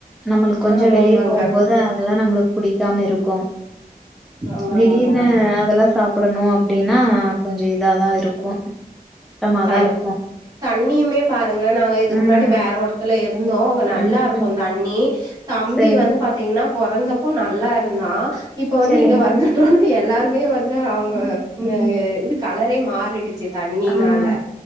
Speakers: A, in the centre; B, on the right.
A: நம்ளுக்கு கொஞ்ச
B: ஆமா
A: வெளிய
B: ஆமாங்க
A: போம் போது அதெல்லா நம்ளுக்கு பிடிக்காம இருக்கு
B: ஆமா
A: திடீர்
B: ஆமாங்க
A: அதெல்லா சாப்டணு அப்டின்னா கொஞ்ச இதாதா இருக்கு அதா
B: தனி
A: இர்க்கு
B: தண்ணியுமே பாருங்க நாங்க இதுக்கு
A: ம்,
B: முன்னாடி வேற ஒருடத்துல இருந்தோ அங்க நல்லா
A: ம்,
B: இருக்கு
A: ம்.
B: தண் ணி தம்பி
A: சரிங்க,
B: வந்து பாத்தீங்கன்னா பொறந்தப்போ நல்லா இருந்தா இப்ப வந்து
A: சரிங்க.
B: இங்க வந்துட்டே எல்லாருமே வந்து அவங்க
A: ம், ம்.
B: இது கலரே மாறிடுச்சு தண்ணினால
A: ஆ.